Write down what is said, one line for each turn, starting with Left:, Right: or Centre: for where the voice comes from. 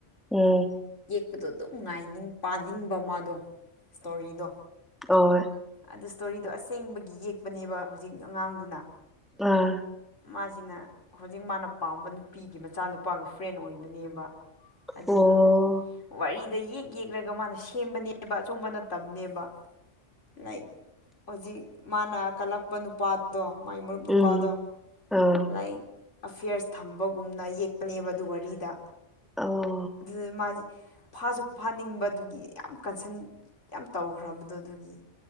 Centre: ꯎꯝ
Left: ꯄꯗꯣ ꯑꯗꯨꯝ ꯉꯥꯏꯅꯤꯡ ꯄꯥꯅꯤꯡꯕ ꯃꯥꯗꯣ ꯏꯁꯇꯣꯔꯤꯗꯣ
Centre: ꯑꯣꯏ
Left: ꯑꯗꯨ ꯏꯁ꯭ꯇꯣꯔꯤꯗꯣ ꯑꯁꯦꯡꯕꯒꯤ ꯌꯦꯛꯄꯅꯦꯕ ꯍꯧꯖꯤꯛ ꯑꯉꯥꯡꯗꯨꯅ
Centre: ꯑꯥ
Left: ꯃꯥꯁꯤꯅ ꯍꯧꯖꯤꯛ ꯃꯥꯅ ꯄꯥꯝꯕ ꯅꯨꯄꯤꯒꯤ ꯃꯆꯥ ꯅꯨꯨꯄꯥꯒ ꯐ꯭ꯔꯦꯟ ꯑꯣꯏꯕꯅꯦꯕ ꯑꯗꯨꯒ
Centre: ꯑꯣ
Left: ꯋꯥꯔꯤ ꯁꯤꯗ ꯌꯦꯛ ꯌꯦꯛꯂꯒ ꯃꯥꯅ ꯁꯦꯝꯕꯅꯦꯕ ꯑꯆꯨꯝꯕ ꯅꯅꯦꯕ ꯂꯛ ꯍꯧꯖꯤꯛ ꯃꯥꯅ ꯀꯂꯛꯄ ꯅꯨꯄꯥꯗꯣ ꯃꯥꯏ ꯃꯔꯨꯞ ꯅꯨꯄꯥꯗꯣ
Centre: ꯎꯝ ꯑ
Left: ꯂꯥꯏꯛ ꯑꯐꯤꯌꯔꯁ ꯊꯝꯕ ꯒꯨꯝꯅ ꯌꯦꯛꯄꯅꯦꯕ ꯑꯗꯨ ꯋꯥꯔꯤꯗ
Centre: ꯑꯣ
Left: ꯑꯗꯨꯗ ꯃꯥꯁꯦ ꯐꯥꯁꯨ ꯐꯥꯅꯤꯡꯕꯗꯨꯒꯤ ꯌꯥꯝ ꯀꯟꯁꯟ ꯌꯥꯝ ꯇꯧꯈ꯭ꯔꯕꯗꯣ ꯑꯗꯨꯒꯤ